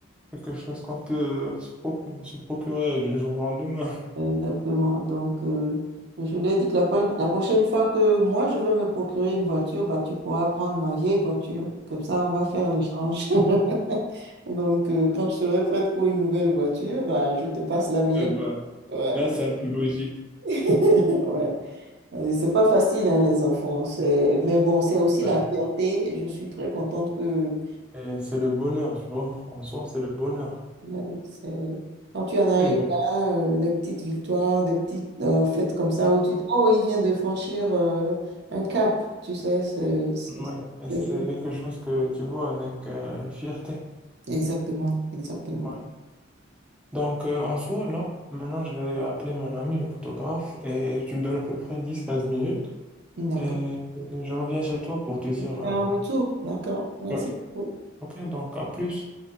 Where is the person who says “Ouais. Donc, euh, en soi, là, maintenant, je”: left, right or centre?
Centre